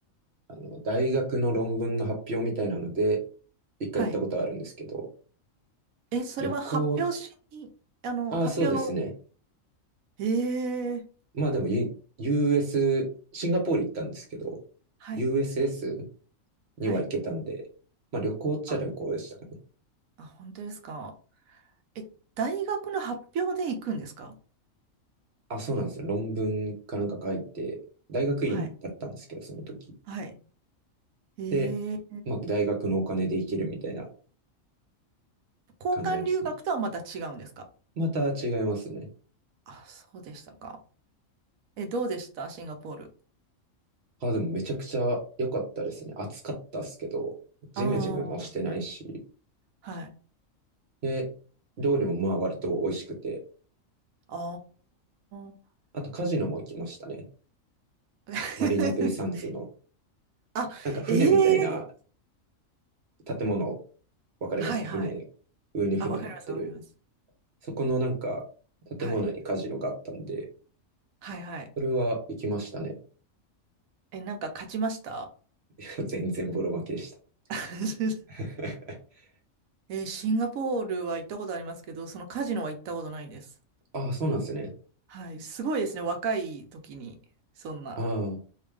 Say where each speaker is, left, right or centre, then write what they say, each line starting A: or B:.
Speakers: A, on the right (about 55°); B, on the right (about 85°).
A: あの、大学の論文の発表みたいなので、一回行ったことあるんですけど、
B: はい。え、それは発表しに、
A: 旅行、
B: あの、
A: ああ、
B: 発表の、
A: そうですね。
B: ええ、
A: まあでも、U、US、シンガポール行ったんですけど、
B: はい、
A: USS には行けたんで、
B: はい。
A: まあ旅行っちゃ旅行でしたね。
B: あ、あ、本当ですか。え、大学の発表で行くんですか
A: あ、そうなんですよ。論文かなんか書いて、大学院だったんですけど、
B: はい、
A: その時。
B: はい。ええ、
A: で、まあ、大学のお金で行けるみたいな
B: 交換留学とはまた違うんですか
A: 感じだったんで。また違いますね。
B: あ、そうでしたか。え、どうでしたシンガポール。
A: あ、でもめちゃくちゃ良かったですね。暑かったっすけど、ジメジメもしてないし。
B: ああ、はい。
A: で、料理もまあ割と美味しくて。
B: ああ。
A: あとカジノも行きましたね。
B: <laughs>
A: マリーナベイサンズの、
B: あ、
A: なんか船みたいな
B: ええ、
A: 建物、わかります船、
B: はい、はい。
A: 上に船乗ってる。
B: あ、わかります、わかります。
A: そこのなんか建物にカジノがあったんで、
B: はい、はい、はい。
A: それは行きましたね。
B: え、なんか勝ちました
A: <laughs> 全然ボロ負けでした。
B: <laughs>
A: <laughs>
B: え、シンガポールは行ったことありますけど、そのカジノは行ったことないです。
A: ああ、そうなんですね。
B: はい、すごいですね。若い時に、そんな。
A: ああ、